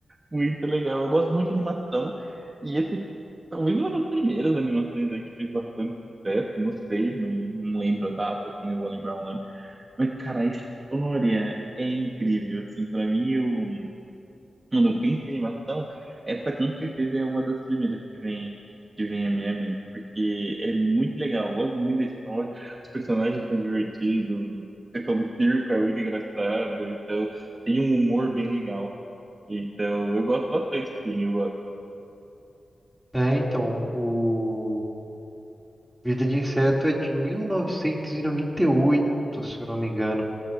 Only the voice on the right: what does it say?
muito legal. Eu gosto muito de animação. E esse, talvez uma das primeiras animações né, que fez bastante sucesso, não sei, não, não lembro a data, assim, não vou lembrar o ano. Mas, cara, a história é incrível, assim, pra mim, eu quando eu penso em animação, essa com certeza é uma das primeiras que vem, que vem à minha mente, porque é muito legal, eu gosto muito da história, os personagens são divertidos, o pessoal do circo é muito engraçado, então tem um humor bem legal. Então eu gosto bastante, sim, eu gosto.